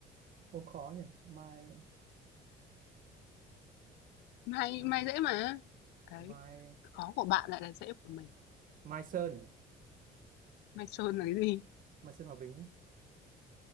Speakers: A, on the right; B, on the left.
A: ô khó nhỉ Mai
B: Mai
A: Mai
B: Mai
A: gì
B: dễ mà. Đấy,
A: Mai
B: khó của bạn lại là dễ của mình.
A: Mai Sơn
B: Mai Sơn là cái gì?
A: Mai Sơn Hòa Bình ấy.